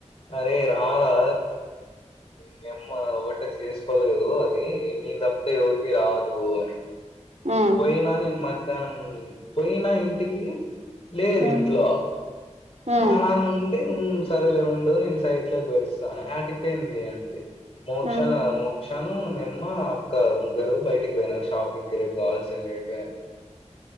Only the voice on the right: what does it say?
ఉ
ఉ
ఉ
అయ్యయ్యో